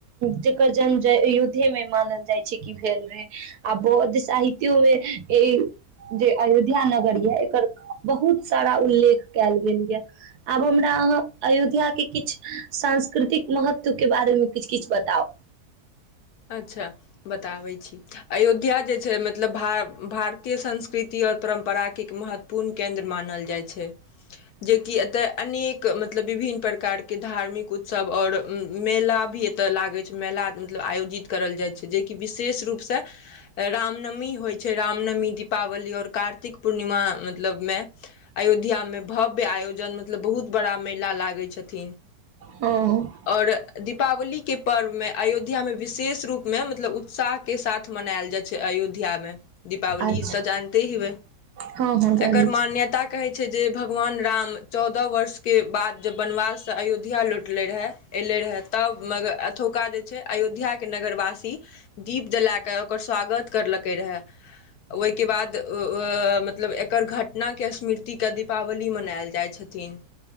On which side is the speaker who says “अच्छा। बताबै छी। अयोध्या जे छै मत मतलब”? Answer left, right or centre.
Left